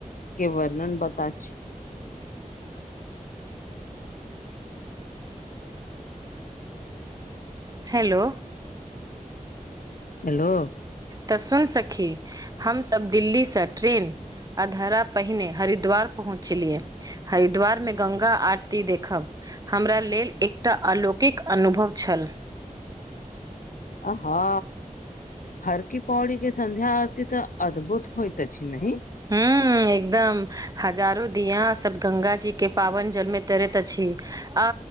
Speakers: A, on the left; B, on the right.
A: के वर्णन बता छी।
B: हेलो।
A: हेलो।
B: तऽ सुन सखी। हमसब दिल्ली स ट्रेन अधरा पहिने हरिद्वार पहुँचलियै। हरिद्वार में गंगा आरती देखब हमरा लेल एकटा आलौकिक अनुभव छल।
A: आ हँ। हर की पौड़ी के संध्या आरती तऽ अद्भुत होइत अछि, नहि?
B: हूँ एकदम हजारो दिया सब गंगा जी के पावन जल में तैरत अछि। आ